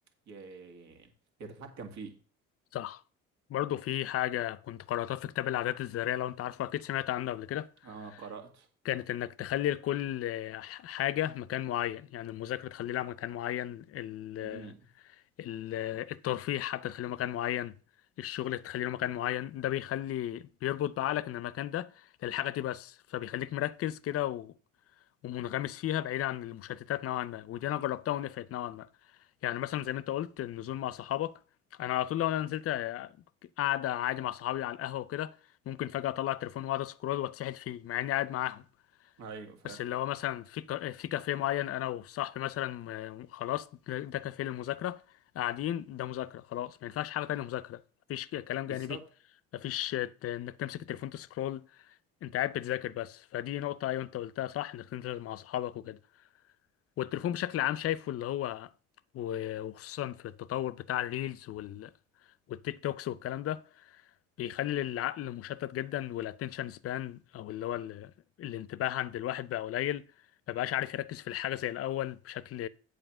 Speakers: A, on the right; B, on the left.
A: ي- يتحكم فيه
B: صح برضه في حاجة كنت قرأتها في كتاب العادات الذرية لو أنت عارفه أكيد سمعت عنه قبل كده
A: اه قرأت
B: كانت انك تخلي لكل حاجة مكان معين يعني المذاكرة تخلي لها مكان معين ال
A: امم
B: ال الترفيه حتى تخليه مكان معين الشغل تخلي له مكان معين ده بيخلي بيربط بعقلك ان المكان ده للحاجة دي بس فبيخليك مركز كده و... ومنغمس فيها بعيد عن المشتتات نوعا ما ودي انا جربتها ونفعت نوعا ما يعني مثلا زي ما انت قلت النزول مع صحابك انا على طول لو انا نزلت آه، قاعدة عادي مع صحابي على القهوة وكده ممكن فجأة اطلع التليفون واقعد اسكرول واتسحل فيه مع اني قاعد معاهم
A: ايوه فاهم
B: بس اللي هو مثلا في ك- في كافيه معين انا وصاحبي مثلا آه، خلاص ده ده كافيه للمذاكره قاعدين ده مذاكره خلاص ما ينفعش حاجه تانية مذاكره مفيش ك- كلام
A: بالظبط
B: جانبي مفيش آه، ت- انك تمسك التليفون تسكرول انت قاعد بتذاكر بس فدي نقطه ايوه انت قلتها صح انك تنزل مع اصحابك وكده والتليفون بشكل عام شايفه اللي هو و- وخصوصا في التطور بتاع الريلز وال... والتيك توكس والكلام ده بيخلي العقل مشتت جدا والاتنشن سبان او اللي هو ال- الانتباه عند الواحد بقى قليل ما بقاش عارف يركز في الحاجه زي الاول بشكل